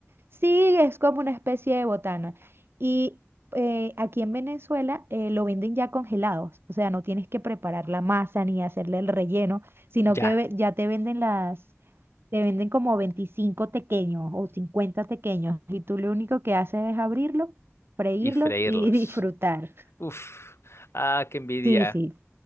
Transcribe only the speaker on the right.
sí es como una especie de botana. Y eh, aquí en Venezuela eh, lo venden ya congelados, o sea, no tienes que preparar la masa ni hacerle el relleno, sino
que ve- ya te venden las, te venden como 25 tequeños o 50 tequeños y tú lo único que haces es abrirlos, freírlos
y <laughs> disfrutar.
Sí, sí,